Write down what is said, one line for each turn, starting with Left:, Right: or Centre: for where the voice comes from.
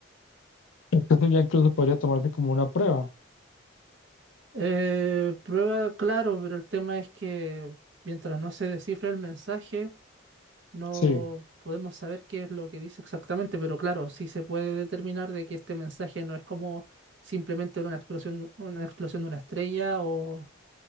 Left: Entonces ya incluso podría tomarse como una prueba.
Right: Eh, prueba, claro, pero el tema es que mientras no se descifre el mensaje, no
Left: Sí,
Right: podemos saber qué es lo que dice exactamente, pero claro, sí se puede determinar de que este mensaje no es como simplemente una explosión, una explosión de una estrella o